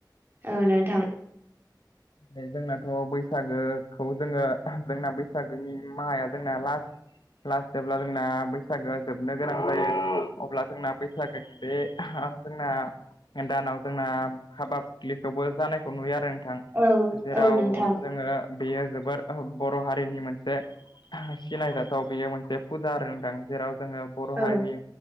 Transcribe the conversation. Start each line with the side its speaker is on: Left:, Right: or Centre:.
Right: औ नोंथां
Left: बे जोंनाथ' बैसागोखौ जोङो जोंना बैसागोनि माहाया जोंना लास्ट लास जेब्ला जोंना बैसागोआ जोबनो गोनां जायो अब्ला जोंना बैसागोनि बे जोंना दानाव जोंना हाबा फुथलिखौबो जानायखौ नुयो आरो नोंथां
Right: औ
Left: जेराव
Right: औ नोंथां
Left: जोङो बेयो जोबोर बर' हारिनि मोनसे सिनायजाथाव बेयो मोनसे हुदा आरो नोंथां जेराव जोङो बर'
Right: औ
Left: हारिनि